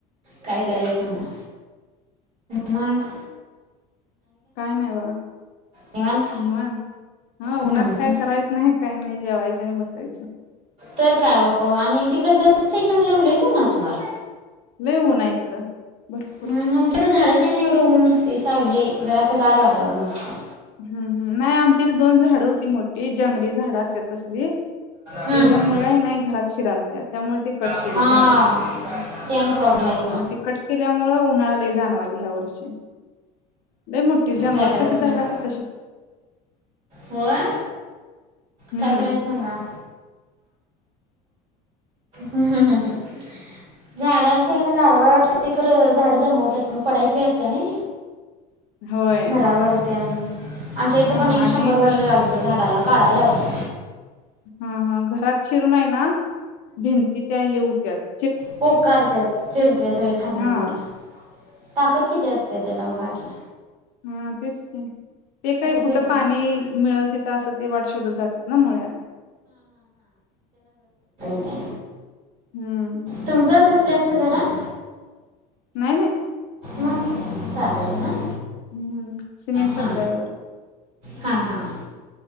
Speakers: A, on the right (about 40°); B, on the left (about 65°).
A: काय करायचं सांगा मग
B: काय नाही बघा
A: निवांत
B: निवांत हा
A: हं,
B: उन्हात काय
A: हं.
B: करायचं नाही काय नाही जेवायचं आणि बसायचं <inaudible>
A: तर काय हो आणि तिकड जत‌ साईडला म्हटल्यावर लेचून ऊन असणार
B: लय ऊन हाय इकडं भरपूर
A: हम आमच्याकडे झाडाच्या एन एवढं ऊन नसतं ती सावली जरा असं गार वातावरण असते
B: हम् हम नाही आमच्या इथडे दोन झाडं होती मोठी जंगली झाड तसली
A: हां
B: त्याच्यामुळे नाही घरात शिरालत्या त्यामुळे ते कट
A: हां
B: केली झाड
A: ते आणि प्रॉब्लेम
B: हा
A: आहेच बा
B: मग ते कट केल्यामुळे उन्हाळा् लय जाणवाले ह्या वर्षी लई मोठी जंगलात
A: काय करायचं
B: कशी
A: सांगा
B: झाड असत्यात.
A: होय
B: हम्म.
A: काय करायच सांगा. हम्म हम् हम् हम् झाडांच्या ना गारवा वाटते खरं झाडं दमवतात पण पडायची भी असते ना.
B: होय.
A: घरावर त्यां आमच्या इथं
B: हा
A: पण एक
B: आणि
A: शंभर वर्ष
B: घ
A: झालतं झाडाला काढाय लावला.
B: हा हा घरात शिरून हाय ना. भिंती त्या हे उ <unintelligible>
A: पोककारत्यात चिरत्यात होय खालन
B: हां
A: वर ताकद किती असतेय त्याला बघाखी
B: हा तेच ते ते काय कुठं
A: भरपूर
B: पाणी
A: असते
B: मिळल तिथं असं ते वाट शोधत जातात ना मुळ्या
A: त्या
B: हम्म.
A: तुमच अस. स्लपच घर हाय.
B: हाय ने
A: मग साध हाय
B: हम्म. सिमेंट
A: हा
B: पत्रा आहे वर.
A: हा हा हा.